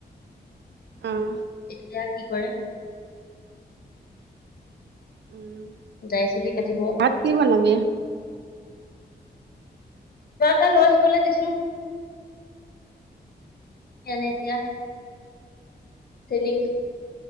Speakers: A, on the right (about 80°); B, on the left (about 60°).
A: আহ
B: এয়া কি কৰে?
A: উম।
B: দাৰি চুলি কাটিব।
A: ভাত কি বনাবি?
B: কিবা এটা লৈ আহিবলে দিছো। এনে এতিয়া চেনী